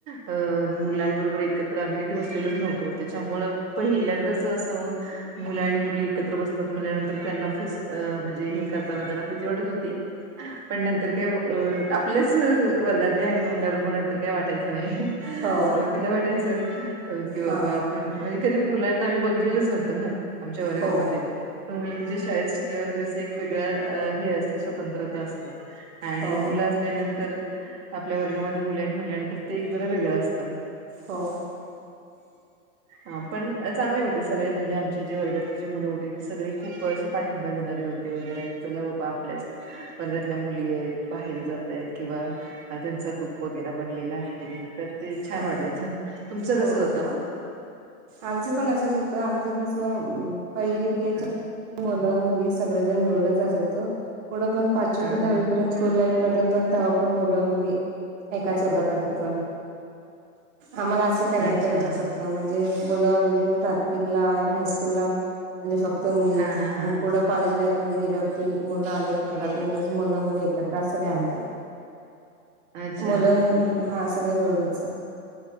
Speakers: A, on the right; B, on the right.
A: अ मुलांबरोबर एकत्र आम्ही कधी बसलेलोच नव्हतो त्याच्यामुळ पहिल्यांदाच असं. मुलं आणि मुली एकत्र बसतात मुल्यानंतर त्यांना फीस म्हणजे हे करताना त्यांना भीती वाटत होती. पण नंतर काय अ आपल्याच वर्गातले आहेत म्हंल्यावर म नंतर काय वाटायचं नाही.
B: हो
A: सुरुवातीला वाटायचं. की बाबा
B: हा
A: आपण म्हणजे कधी मुलांना आम्ही बघितलेलंच नव्हतं ना. आमच्या वर्गामध्ये.
B: हो
A: मुलींच्या शाळेत शिकल्यावर कस एक वेगळं हे असते स्वतंत्रता असते. आणि
B: हो
A: मुलं असल्यानंतर. आपल्या वर्गामध्ये मुल आहेत म्हणल्यानंतर ते एक जरा वेगळं असतं.
B: हो.
A: हा पण चांगले होते सगळे म्हणजे आमचे. जे वर्गातील जी मुलं होती ती सगळे खूप असे पाठिंबा देणारे होते वगैरे की चला बाबा आपल्याच वर्गातल्या मुली आहेत बाहेर जातय आहेत किंवा. त्यांचा ग्रुप वगैरे बनलेला आहे तर ते छान
B: हा
A: वाटायचं तुमचं
B: होय
A: कसं होतं म
B: आमचं पण असंच होतं आमचं कसं पहिली ते
A: हा
B: चौ मुलं मुली सगळेजण मिळूनच असायचं पुढ पण पाचवी
A: हा
B: ते दहावी
A: हा
B: पर्यंत. स्कूल लाईफ मध्ये पण तवा पण मुलं मुली एकाच वर्गात असायचो. आम्हाला असं. नाही
A: अच्छा
B: तुमच्या सारखं म्हणजे मुलं म्हणजे प्राथमिकला आणि हायस्कूलला. म्हणजे फक्त मुली
A: हा हा
B: आणि
A: हा
B: पुढं कॉलेज लाईफ मध्ये गेल्यावरती मुलं आले. वर्गात म्हणजे अस मुलं मुलं एकत्र अस नाही आमच्यात
A: अच्छा.
B: मुलं मुली. हा सगळे मिळूनच जाऊ.